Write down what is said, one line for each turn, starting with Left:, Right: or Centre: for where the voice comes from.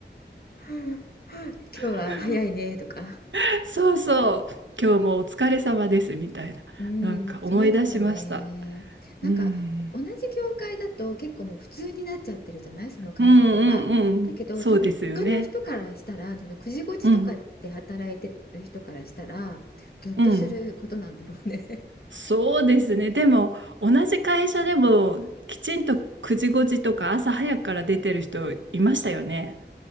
Left: ん <laughs> 今日は早いねとか。
Right: <laughs> そうそう、今日もお疲れ様ですみたいな、
Left: うん、
Right: なんか思い出しました。
Left: そうだよね。なんか同じ業界だと結構もう普通になっちゃってるじゃないその感覚が。
Right: うん、うんうんうん、
Left: だけど多分他の人からしたらそのくじごちとかで働いてる人からしたらぎょっとすることなんだろうね。
Right: そうですよね。うんうん、そうですね。でも同じ会社でもきちんと9時5時とか朝早くから出てる人いましたよね。